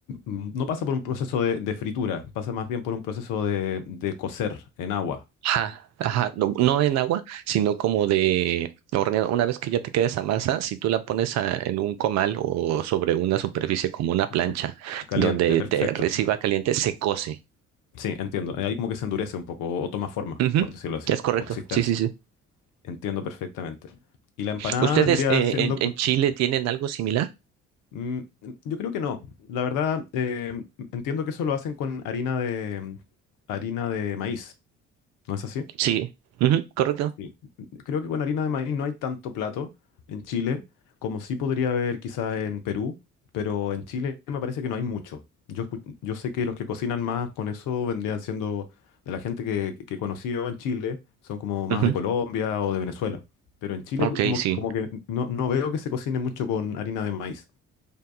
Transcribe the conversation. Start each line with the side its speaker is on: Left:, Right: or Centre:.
Left: m- no pasa por un proceso de, de fritura, pasa más bien por un proceso de, de cocer en agua
Right: Ajá, ajá, no, no en agua, sino como de horneado. Una vez que ya te queda esa masa, si tú la pones a- en un comal o sobre una superficie como una plancha
Left: ca- caliente,
Right: donde
Left: perfecto.
Right: te reciba caliente, se cose.
Left: Sí, entiendo. Eh, Ahí como que se endurece un poco o o toma forma,
Right: Ujú,
Left: por decirlo así,
Right: Es correcto,
Left: consistencia.
Right: sí, sí, sí.
Left: Entiendo perfectamente. Y la empanada
Right: ¿Ustedes
Left: vendría
Right: eh,
Left: siendo...
Right: en, en Chile tienen algo similar?
Left: mm, yo creo que no. La verdad, eh, entiendo que eso lo hacen con harina de, harina de maíz. ¿No es así?
Right: Sí, ujú, correcto.
Left: Sí. Creo que con harina de maíz no hay tanto plato en Chile como sí podría haber quizás en Perú, pero en Chile me parece que no hay mucho. Yo, escu- yo sé que los que cocinan más con eso vendrían siendo de la gente que, que conocí yo en Chile, son como más
Right: Ujú,
Left: de Colombia o de Venezuela, pero en Chile
Right: Ok,
Left: como,
Right: sí,
Left: que- como que no, no veo que se cocine mucho con harina de maíz,